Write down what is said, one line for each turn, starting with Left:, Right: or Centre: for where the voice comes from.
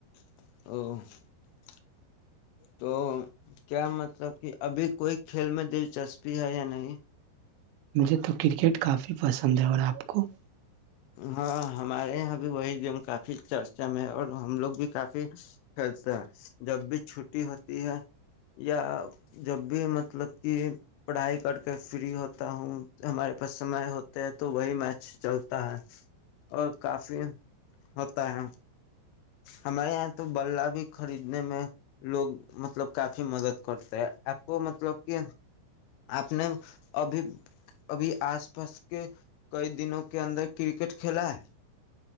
Left: <inaudible> <inaudible> تو کیا مطلب کہ ابھی کوئی کھیل میں دلچسپی ہے یا نہیں
Right: مجھے تو کرکٹ کافی پسند ہے اور آپ کو
Left: ہاں ہمارے یہاں وہی گیم کافی چرچا میں ہے اور ہم لوگ بھی کافی کھیلتے ہیں جب بھی چھٹی ہوتی ہے یا جب بھی مطلب کہ پڑھائی کر کے فری ہوتا ہوں ہمارے پاس سمے ہوتا ہے تو وہی میں چلتا ہے اور کافی ہوتا ہے ہمارے یہاں تو بلہ بھی خریدنے میں لوگ مطلب کافی مدد کرتے ہیں آپ کو مطلب کہ آپ نے ابھی ابھی آس پاس کے کئی دنوں کے اندر کرکٹ کھیلا ہے